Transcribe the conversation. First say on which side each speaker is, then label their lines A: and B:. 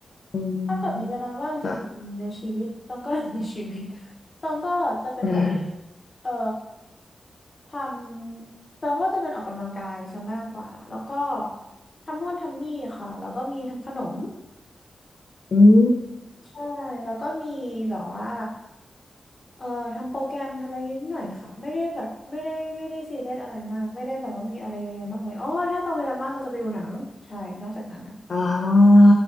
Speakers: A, on the left; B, on the left.
A: อื
B: ถ้าเกิดมีเวลาว่างจริงๆในชีวิตตองก็
A: มค่ะ <laughs>
B: <laughs> ในชีวิตตองก็จะเป็นแบบ
A: เออ
B: เอ่อทำตองก็จะเป็นออกกำลังกายซะมากกว่าแล้วก็ ทำนู่นทำนี่ค่ะแล้วก็มีทำขนม
A: อืม
B: ใช่แล้วก็มีแบบว่าเอ่อทำโปรแกรมทำอะไรนิดหน่อยค่ะไม่ได้แบบไม่ได้ไม่ได้ซีเรียสอะไรมากไม่ได้แบบว่ามีอะไรเยอะแยะมากมายอ๋อถ้าตอนเวลาว่างตอนจะไปดูหนังใช่นอกจากนั้นนะ
A: อ่า